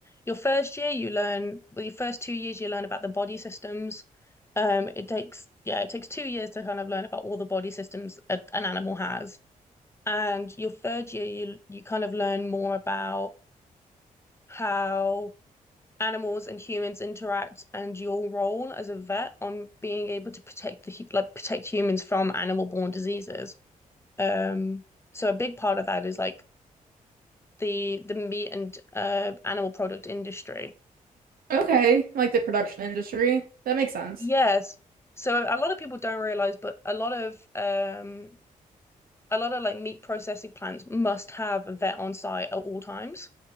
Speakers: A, on the left (about 15°); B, on the right (about 75°).
A: Your first year, you learn, well, your first two years, you learn about the body systems. Um, it takes, yeah, it takes two years to kind of learn about all the body systems a, an animal has. And your third year, you you kind of learn more about how animals and humans interact and your role as a vet on being able to protect the like protect humans from animal-borne diseases. Um, so a big part of that is like the the meat and uh, animal product industry.
B: Okay, like the production industry. That makes sense.
A: Yes. So a lot of people don't realize, but a lot of um a lot of like meat processing plants must have a vet on site at all times,